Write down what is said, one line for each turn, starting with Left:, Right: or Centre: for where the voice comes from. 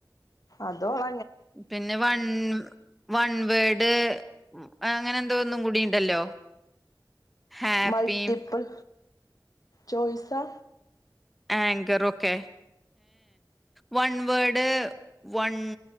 Left: അതോള
Centre: പിന്നെ വൺ വൺവേഡ് അങ്ങനെ എന്തോ ഒന്നും കൂടിണ്ടല്ലോ. ഹാപ്പിയും
Left: മൾട്ടിപ്പൽ ചോയിസാ
Centre: ആങ്കറൊക്കെ വൺ വേഡ് വൺ